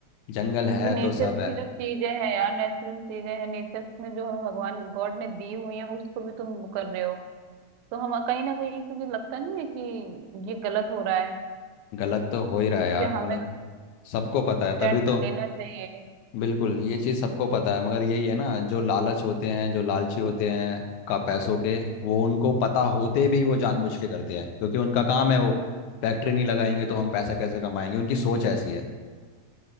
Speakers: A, on the left (about 80°); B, on the right (about 85°).
A: जंगल है
B: वो नेचर
A: तो सब
B: की
A: है
B: जो चीजें हैं यार नेचुरल चीजें हैं नेचर में जो हमें भगवान गॉड ने दी हुई है उसको भी तुम वो कर रहे हो तो हम कहीं ना कहीं तुझे लगता नहीं है कि ये गलत हो रहा है
A: गलत तो हो ही रहा है
B: इसलिए
A: यार
B: हमें
A: मतलब सबको पता
B: स्टैंड
A: है तभी
B: कर
A: तो
B: लेना चाहिए
A: बिल्कुल ये चीज़ सबको पता है मगर यही है ना जो लालच होते हैं जो लालची होते हैं का पैसों के वो उनको पता होते भी वो जानबूझ के करते हैं क्योंकि उनका काम है वो फैक्ट्री नहीं लगाएंगे तो हम पैसा कैसे कमाएंगे उनकी सोच ऐसी है